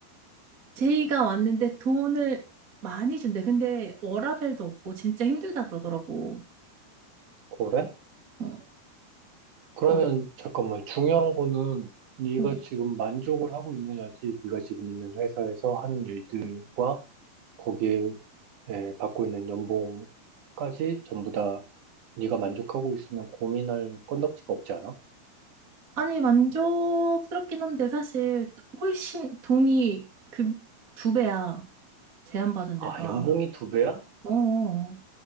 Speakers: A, on the right (about 25°); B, on the right (about 55°).
A: 제의가 왔는데 돈을 많이 준대. 근데 워라밸도 없고 진짜 힘들다 그러더라고.
B: 그래?
A: 어,
B: 그러면
A: 어,
B: 잠깐만 중요한 거는 네가
A: 어.
B: 지금 만족을 하고 있느냐지, 네가 지금 있는 회사에서 하는 일들과 거기에 에, 받고 있는 연봉까지 전부 다 네가 만족하고 있으면 고민할 건덕지가 없지 않아?
A: 아니, 만족스럽긴 한데, 사실, 훨씬 돈이 그 두 배야. 제안받은
B: 아,
A: 내가
B: 연봉이 두 배야?
A: 어.